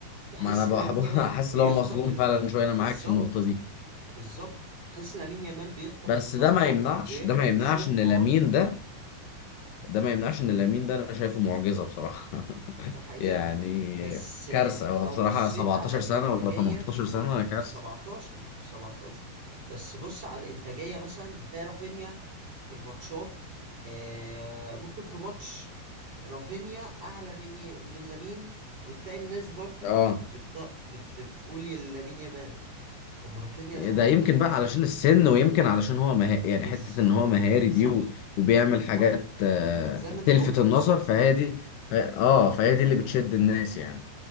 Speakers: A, on the right; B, on the left.
A: بحس
B: ما انا بحب
A: ان لامين يامال
B: <laughs> حاسس
A: بيخطف
B: ان هو مظلوم
A: ال...
B: فعلا شويه انا
A: بالظبط
B: معاك في النقطه دي
A: بالظبط بحس لامين يامال بيخطف
B: بس
A: اللقطة
B: ده ما يمنعش
A: او بيخطف
B: ده ما يمنعش
A: الشوط
B: ان
A: بمهارته
B: لامين ده ده ما يمنعش ان لامين ده انا شايفه معجزه بصراحه <laughs>
A: ده حقيقة
B: يعني
A: بس
B: كارثه هو
A: لو
B: بصراحه
A: بصيت
B: 17
A: على الإنتاجية
B: سنه ولا 18 سنه كارثه
A: 17 17 بس بص على الإنتاجية مثلا هتلاقي رافينيا في الماتشات آه ممكن في ماتش رافينيا أعلى من ي- من لامين وتلاقي الناس برضو
B: اه
A: بت... بت... بتقول يا لامين يامال طب ما رافينيا
B: ده
A: ده موجود
B: يمكن بقى علشان السن ويمكن علشان هو مه... يعني
A: بالظبط
B: حتة ان هو مهاري
A: صح
B: دي و... وبيعمل
A: بز... هما
B: حاجات
A: ب-
B: آه،
A: زي ما أنت
B: تلفت
A: قلت
B: النظر
A: بالظبط
B: فهي دي ف... اه فهي دي اللي بتشد الناس يعني